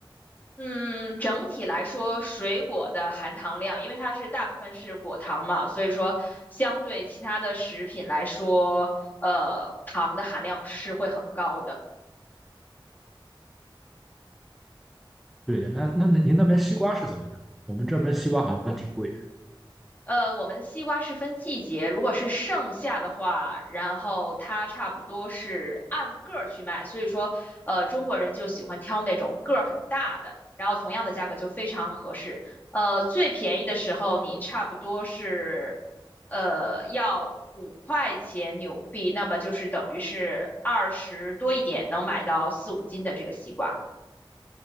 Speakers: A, on the left; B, in the centre.
A: 嗯，整体来说，水果的含糖量，因为它是大部分是果糖嘛，所以说相对其他的食品来说，呃，糖的含量是会很高的。
B: 对的，那那那您那边西瓜是怎么样？我们这边西瓜好像挺贵。
A: 呃，我们的西瓜是分季节，如果是盛夏的话，然后它差不多是按个儿去卖，所以说，呃，中国人就喜欢挑那种个儿很大的，然后同样的价格就非常合适。呃，最便宜的时候你差不多是，呃，要五块钱纽币，那么就是等于是二十多一点能买到四五斤的这个西瓜。